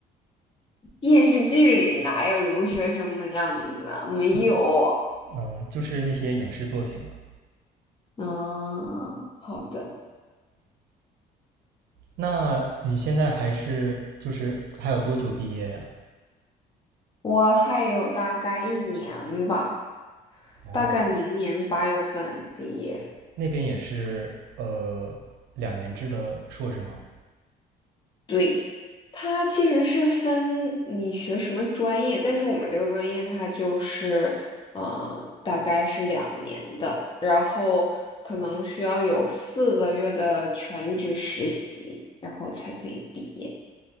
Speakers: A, on the left; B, on the right.
A: 电视剧里哪有留学生的样子啊？没有。
B: 就呃就是那些影视作品嘛。
A: 嗯，好的，
B: 那你现在还是就是还有多久毕业呀？
A: 我还有大概一年吧。
B: 哦，
A: 大概明年八月份毕业。
B: 那边也是呃两年制的硕士吗？
A: 对，它其实是分你学什么专业，但是我们这个专业它就是，呃，大概是两年的，然后可能需要有四个月的全职实习，然后才可以毕业。